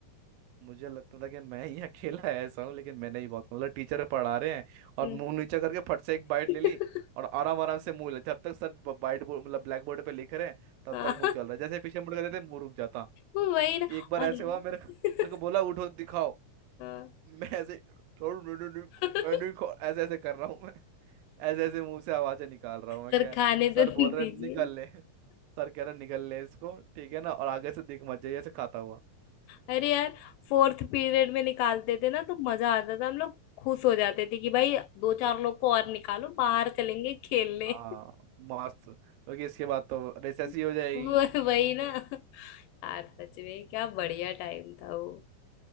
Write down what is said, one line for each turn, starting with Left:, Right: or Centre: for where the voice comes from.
Right: मुझे लगता था कि मैं ही अकेला ऐसा हूँ लेकिन मैंने ही बहुत मतलब टीचर पढ़ा रहे हैं और
Left: हम्म।
Right: मुंह नीचा करके फट से एक बाइट
Left: <laughs>
Right: ले ली और आराम आराम से मुंह जब तक सर बाइट बोर्ड मतलब ब्लैक बोर्ड पे लिख रहे हैं तब
Left: हाँ,
Right: तक मुंह चल रहा है जैसे पीछे मुड़ कर देते मुंह रुक जाता
Left: वही ना
Right: एक बार ऐसे
Left: अरे
Right: हुआ मेरे को-
Left: <laughs>
Right: मेरे को बोला उठो दिखाओ
Left: हाँ।
Right: मैं ऐसे थोड़ा मैंने नहीं नहीं-
Left: <laughs>
Right: मैं नहीं खा-" ऐसे ऐसे कर रहा हूँ मैं ऐसे ऐसे मुंह से आवाजें निकाल रहा हूँ मैं
Left: सर
Right: क्या
Left: खाने
Right: सर
Left: तो
Right: बोल
Left: दीजिए
Right: रहे निकल ले सर कह रहे निकल ले इसको ठीक है ना और आगे से दिख मत जाइए ऐसे खाता हुआ
Left: अरे यार फोर्थ पीरियड में निकालते थे ना तो मजा आता था हम लोग खुश हो जाते थे कि भाई दो चार लोग को और निकालो बाहर चलेंगे खेलने
Right: हाँ मस्त क्योंकि इसके बाद तो रिसेस
Left: <laughs>
Right: ही हो जाएगी
Left: वो- वही ना यार सच में क्या बढ़िया टाइम था वो